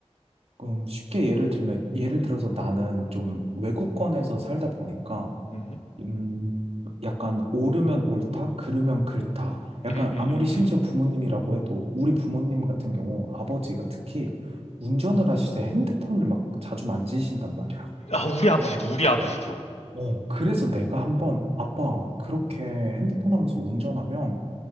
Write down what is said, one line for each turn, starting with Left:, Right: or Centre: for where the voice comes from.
Right: 음, 쉽게 예를 들면, 예를 들어서 나는 좀 외국권에서 살다 보니까,
Left: 음.
Right: 음, 약간 오르면 옳다, 그르면 그르다. 약간
Left: 음음음음.
Right: 아무리 심지어 부모님이라고 해도 우리 부모님 같은 경우 아버지가 특히 운전을 하실 때 핸드폰을 막 자주 만지신단 말이야.
Left: 아, 우리 아버지도 우리 아버지도.
Right: 어, 그래서 내가 한번 아빠 그렇게 핸드폰 하면서 운전하면